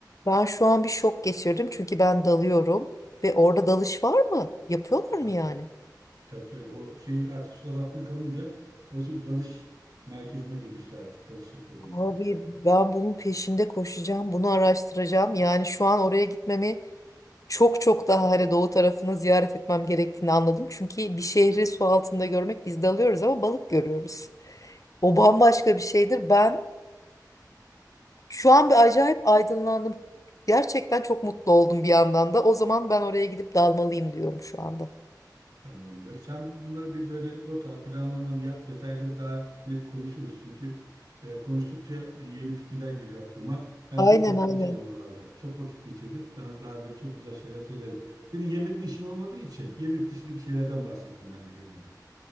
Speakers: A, on the left (about 50°); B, on the right (about 70°).
A: Ben şu an bir şok geçirdim çünkü ben dalıyorum ve orada dalış var mı? Yapıyorlar
B: Var
A: mı yani?
B: tabii. Tabii tabii. O şehir artık sular altına kalınca orası bir dalış merkezine dönüştü artık. Dalış yapıyorlar
A: Abi
B: insanlar oralarda.
A: ben bunun peşinde koşacağım, bunu araştıracağım. Yani şu an oraya gitmemi çok çok daha hani doğu tarafını ziyaret etmem gerektiğini anladım. Çünkü bir şehri su altında görmek biz dalıyoruz ama balık görüyoruz. O bambaşka bir şeydir. Ben şu an bir acayip aydınlandım. Gerçekten çok mutlu oldum bir yandan da. O zaman ben oraya gidip dalmalıyım diyorum şu anda.
B: Tamamdır. Sen bunları bir böyle not al, planlamanı yap, detayları daha net konuşuruz. Çünkü e, konuştukça yeni fikirler geliyor aklıma. Ben
A: Aynen
B: çok vakit
A: aynen.
B: geçirdim oralarda. Çok vakit geçirdim. Sana daha böyle çok güzel şeyler söylerim. Senin yemekle işin olmadığı için yemek dışındaki şeylerden bahsettim ben de genelde.